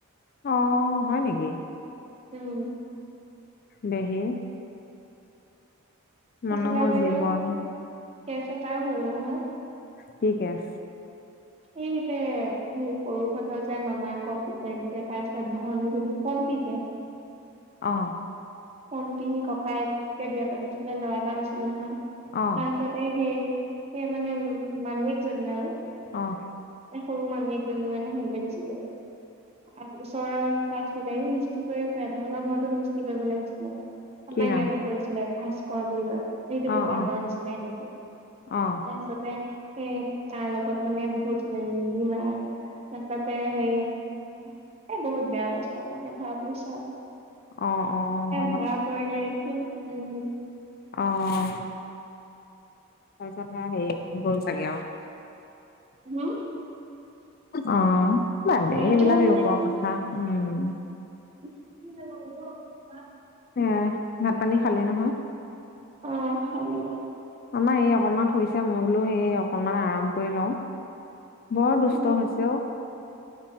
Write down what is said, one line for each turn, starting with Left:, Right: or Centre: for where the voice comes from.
Left: অ। হয় নিকি?
Right: উম
Left: দেহি
Right: ফচলাবাৰীত
Left: মানুহৰ জীৱন
Right: আৰু কেছ এটাও হল নহয়
Left: কি কেছ
Right: এই যে সে সৰু হতৰ যে মামাক পুতেক যে তাই পেট গঙন দিলি কম কি যে
Left: অহ
Right: পম্পী ককাইে বিয়া পাতিছিলে ল'ৰা এটা হৈছিল নহয়
Left: অ
Right: তাৰ পিছতে সেই সেই মানে মামিযে একজনী আৰু।
Left: অহ
Right: সৰু মামিযেক এজনী মানে হেৰিলৈ গুচি গল। আৰু এটা ওচৰতটা আছিলে এই মিস্ত্ৰী কৰি ফুৰে তহঁতৰ ঘৰতো মিস্ত্ৰী কৰিব লাগিছিল।
Left: কি
Right: আমাৰ
Left: নাম
Right: ইয়াতো কৰিছিলে ভাস্কৰ বুলি কয় সেইটো একো
Left: অ
Right: বান্দৰ
Left: অ
Right: নিচিনাই দেখে তাৰপিছতে
Left: অ
Right: সে তাৰ লগত মানে বহুত মিলি মিলিম আৰু তাৰ পিছতে সে এ বহুত বেয়া অৱস্থাত মানে ধৰা পৰিছে আও
Left: অহ অহ
Right: ধৰা পৰিলে চোন উম
Left: অহ তাৰপিছত হে হেৰি গল চাগে আৰু
Right: উহ
Left: অহ ভাল এইবিলাক
Right: এতিয়া মানে
Left: লোকৰ কথা উম
Right: কি গৈ‌ <unintelligible>
Left: এ ভাত পানী খালি নহয়
Right: অহ খালো
Left: আমাৰ এই অকনমান শুইছে মই বোলো সেই অকনমান আৰাম কৰিলও বৰ দুষ্ট
Right: উম
Left: হৈছে অ